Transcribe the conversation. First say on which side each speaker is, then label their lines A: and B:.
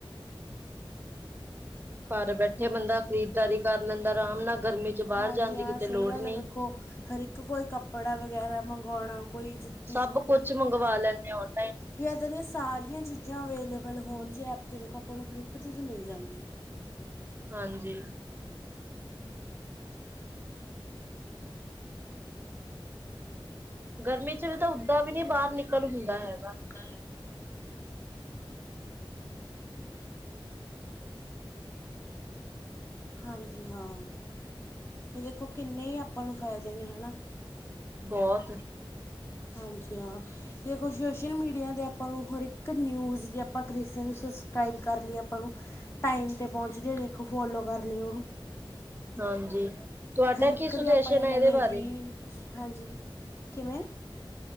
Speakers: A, on the right; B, on the left.
A: ਘਰ ਬੈਠੇ ਬੰਦਾ ਖਰੀਦਦਾਰੀ ਕਰ ਲੈਂਦਾ ਆਰਾਮ ਨਾਲ। ਗਰਮੀ ਚ ਬਾਹਰ
B: ਹਾਂਜੀ-ਹਾਂ
A: ਜਾਣ ਦੀ ਕਿਤੇ
B: ਸਹੀ
A: ਲੋੜ
B: ਗੱਲ
A: ਨੀ।
B: ਆ, ਦੇਖੋ ਹਰ ਇੱਕ ਕੋਈ ਕੱਪੜਾ ਵਗੈਰਾ ਮੰਗਵਾਉਣਾ ਕੋਈ ਜੁਤ
A: ਸਭ ਕੁਛ ਮੰਗਵਾ ਲੈਂਦੇ ਆ ਆਨਲਾਈਨ।
B: ਵੀ ਇਦਾਂ ਦੀਆਂ ਸਾਰੀਆਂ ਚੀਜ਼ਾਂ ਅਵੇਲੇ ਮਤਲਬ ਹੋਣ ਜਿਹੇ ਐਪ 'ਤੇ ਦੇਖੋ ਆਪਾਂ ਨੂੰ ਹਰ ਇੱਕ ਚੀਜ਼ ਮਿਲ ਜਾਂਦੀ ਹੈ।
A: ਹਾਂਜੀ। ਗਰਮੀ ਚ ਵੀ ਤਾਂ ਓਦਾਂ ਵੀ ਨੀ ਬਾਹਰ ਨਿਕਲ ਹੁੰਦਾ ਐ।
B: ਗ ਹਾਂਜੀ-ਹਾਂ ਇਹ ਦੇਖੋ ਕਿੰਨੇ ਆਪਾਂ ਨੂੰ ਫਾਇਦੇ ਨੇ ਹੈਨਾ।
A: ਬਹੁਤ।
B: ਹਾਂਜੀ-ਹਾਂ ਦੇਖੋ ਸੋਸ਼ਲ ਮੀਡੀਆ ਤੇ ਆਪਾਂ ਨੂੰ ਹਰ ਇੱਕ ਨਿਊਜ਼ ਜੇ ਆਪਾਂ ਕਿਸੇ ਨੂੰ ਸਬਸਕ੍ਰਾਈਬ ਕਰ ਲਈਏ ਆਪਾਂ ਨੂੰ ਟਾਈਮ 'ਤੇ ਪਹੁੰਚਦੇ ਦੇਖੋ ਫੋਲੋ ਕਰ ਲਿਓ।
A: ਹਾਂਜੀ। ਤੁਹਾਡਾ
B: ਹਰ ਇਕ
A: ਕੀ ਸੁਜੈਸ਼ਨ
B: ਦੀ ਆਪਣੇ
A: ਹੈ
B: ਲਵੇ
A: ਇਹਦੇ ਬਾਰੇ?
B: ਰੀਲ ਹਾਂਜੀ ਕਿਵੇਂ?